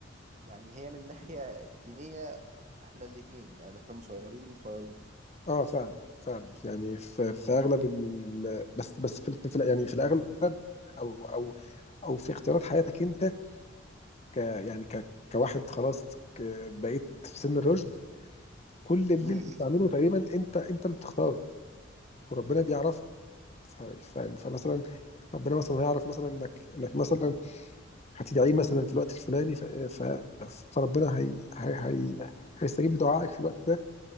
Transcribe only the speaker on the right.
يعني هي من الناحية الدينية احنا الاتنين يعني احنا مصيرين مخيرين
امم